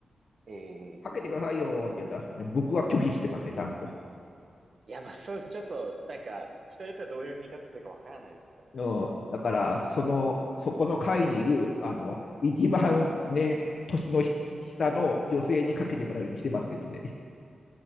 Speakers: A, on the right (about 55°); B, on the left (about 70°).
A: え
B: <laughs> かけてくださいよって言ったら、
A: え
B: 僕は拒否してますね、断固。
A: いや、まあそうです。ちょっと、なんか、人によってはどういう見方するかわからないですからね。
B: うん、だから、その、そこの会にいる、あの、一番ね、年の下の女性にかけてもらうようにしてますね、常に。